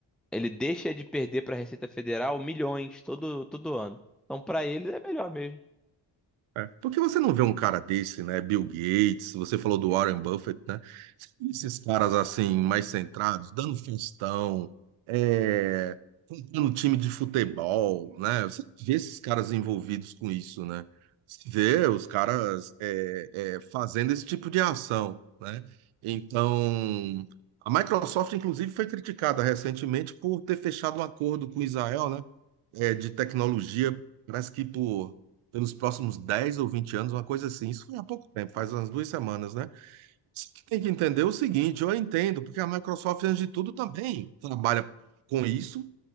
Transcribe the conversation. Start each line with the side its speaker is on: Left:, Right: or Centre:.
Centre: ele deixa de perder pra Receita Federal milhões todo, todo ano. Então pra ele é melhor mesmo.
Right: É. Porque você não vê um cara desse, né? Bill Gates, você falou do Warren Buffett, né? Você vê Esses caras assim, mais centrados, dando festão, é, comprando time de futebol, né? Você vê esses caras envolvidos com isso, né? Você vê os caras é, é, fazendo esse tipo de ação, né? Então, a Microsoft, inclusive, foi criticada recentemente por ter fechado um acordo com Israel, né? é, de tecnologia, parece que por, pelos próximos 10 ou 20 anos, uma coisa assim. Isso foi há pouco tempo, faz umas duas semanas, né? Só que Tem que entender o seguinte, eu entendo, porque a Microsoft, antes de tudo, também trabalha com isso